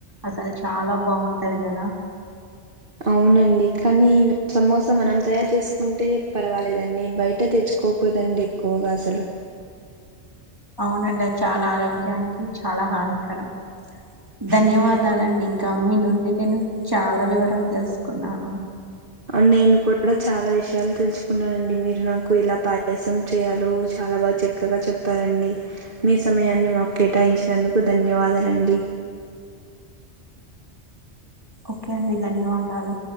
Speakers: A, on the right (about 20°); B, on the right (about 50°).
A: అసలు చాలా బాగుంటది కదా
B: అవునండి కానీ సమోసా మనం తయారు చేసుకుంటే పర్వాలేదండి బయట తెచ్చు కోకూడదండి ఎక్కువగా అసలు
A: అవునండి అది చాలా ఆరోగ్యానికి చాలా హానికరం ధన్యవాదాలండి
B: అవును
A: ఇం కా మీ నుండి నేను చాలా వివరాలు తెలుసుకున్నాను
B: అవు నేను కూడా చాలా విషయాలు తెలుసుకున్నానండి మీరు నాకు ఎలా పాయసం చేయాలో చాలా చాలా బాగా చక్కగా చెప్పారండి మీ సమయాన్ని మాకు కేటాయించినందుకు ధన్యవాదాలండి
A: ఓకే అండి ధన్యవాదాలు